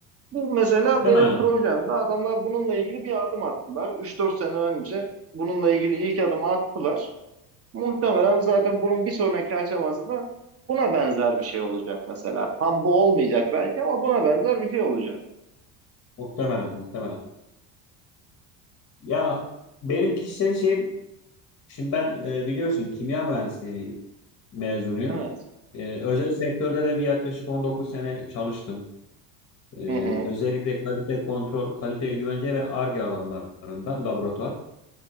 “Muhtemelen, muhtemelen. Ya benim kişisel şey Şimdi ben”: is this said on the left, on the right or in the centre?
Left